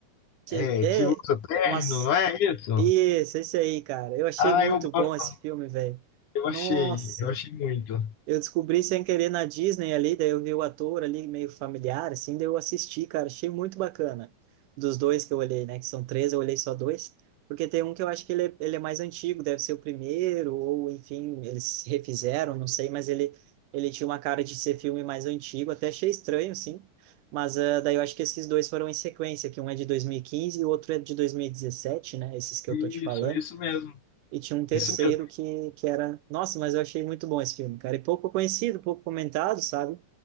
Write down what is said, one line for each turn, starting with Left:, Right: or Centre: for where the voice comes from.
Right: Que
Left: É,
Right: é
Left: que usa terno,
Right: umas
Left: não é isso?
Right: Isso, esse aí, cara. Eu achei
Left: Ah,
Right: muito
Left: eu
Right: bom
Left: gosto,
Right: esse filme, velho.
Left: eu achei,
Right: Nossa.
Left: eu achei muito.
Right: Eu descobri sem querer na Disney ali, daí eu vi o ator ali meio familiar, assim, daí eu assisti, cara, achei muito bacana. Dos dois que eu olhei, né, que são três, eu olhei só dois, porque tem um que eu acho que ele é, ele é mais antigo, deve ser o primeiro, ou enfim, eles refizeram, não sei, mas ele, ele tinha uma cara de ser filme mais antigo, até achei estranho, sim, mas ah, daí eu acho que esses dois foram em sequência, que um é de 2015 e quinze e o outro é de 2017, né, esses que
Left: Isso,
Right: eu tô te falando.
Left: isso mesmo,
Right: E tinha um terceiro
Left: isso mesmo.
Right: que, que era. Nossa, mas eu achei muito bom esse filme, cara. E pouco conhecido, pouco comentado, sabe?